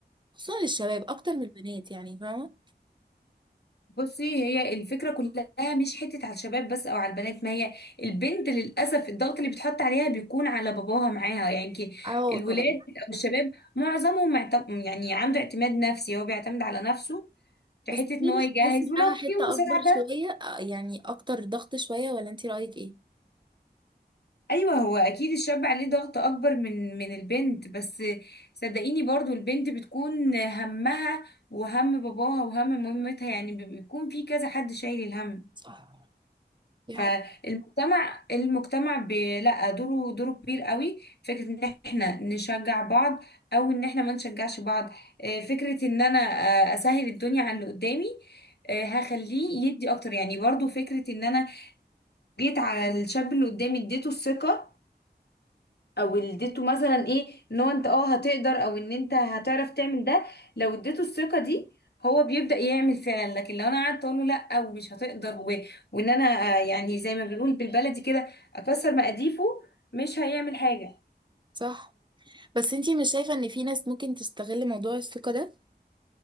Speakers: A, on the right; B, on the left.
A: خصوصا للشباب اكتر من البنات يعني فاهمة
B: بصي هي الفكرة كلها مش حتة على الشباب بس أو على البنات ما هي البنت للأسف الضغط اللي بيتحط عليها بيكون على باباها معاها يعني كي-
A: اه
B: الولاد
A: طبعا
B: أو الشباب معظمهم معت- يعني عنده اعتماد نفسي هو بيعتمد على نفسه في حتة
A: بس
B: إن
A: دي
B: هو
A: مش
B: يجهز
A: تحس انها
B: ولو في
A: حتة
B: مساعدة
A: اكبر شوية اه يعني اكتر ضغط شوية ولا انت رأيك ايه
B: أيوه هو أكيد الشاب عليه ضغط أكبر من من البنت بس صدقيني برضو البنت بتكون همها وهم باباها وهم مامتها يعني بيكون في كذا حد شايل الهم
A: صح دي
B: فالمجتمع
A: حاجة
B: المجتمع بي- لا دوره دوره كبير قوي فكرة ان احنا نشجع بعض او ان احنا ما نشجعش بعض آه، فكرة ان انا آه، اسهل الدنيا على اللي قدامي آه، هخليه يدي اكتر يعني برضو فكرة ان انا جيت على الشاب اللي قدامي اديته الثقة او اديته مثلا ايه ان هو انت اه هتقدر او ان انت هتعرف تعمل ده لو اديته الثقه دي هو بيبدا يعمل فعلا لكن لو انا قعدت اقول له لا ومش هتقدر و... وان انا آه، يعني زي ما بنقول بالبلدي كده اكسر مقاديفه مش هيعمل حاجه
A: صح بس انتي مش شايفة ان في ناس ممكن تستغل موضوع الثقة ده